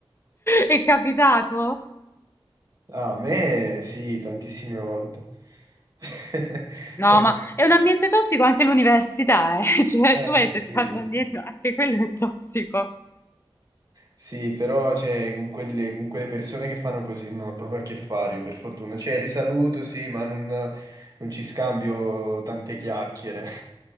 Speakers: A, on the left; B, on the right.
A: È capitato?
B: Ah, a me sì, tantissime volte. <laughs>
A: No,
B: Vabbè,
A: ma è un ambiente tossico anche l'università, eh. <laughs> Cioè,
B: eh,
A: tu vai
B: sì,
A: cercando
B: sì.
A: ambiente, anche quello è tossico.
B: Sì, però cioè, con quelle, con quelle persone che fanno così non ho proprio a che fare, io per fortuna. Cioè, le saluto, sì, ma non, non ci scambio tante chiacchiere. <laughs>